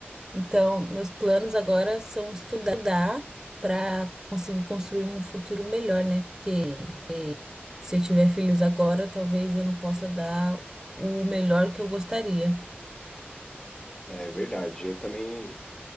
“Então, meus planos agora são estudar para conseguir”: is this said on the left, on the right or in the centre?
Right